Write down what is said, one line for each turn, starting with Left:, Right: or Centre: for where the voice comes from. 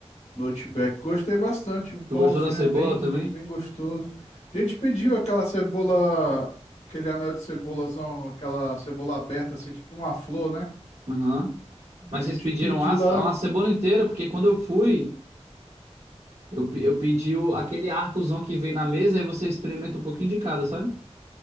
Left: no Outback. Gostei bastante. O pãozinho
Right: Tu gostou da cebola
Left: é bem
Right: também?
Left: bem gostoso. A gente pediu aquela cebola, aquele anel de cebolazão, aquela cebola aberta assim, tipo uma flor, né?
Right: Aham. Mas
Left: A gente
Right: vocês pediram
Left: pediu
Right: a,
Left: lá,
Right: a cebola inteira, porque quando eu fui, eu, pe- eu pedi o- aquele arcozão que vem na mesa, aí você experimenta um pouquinho de cada, sabe?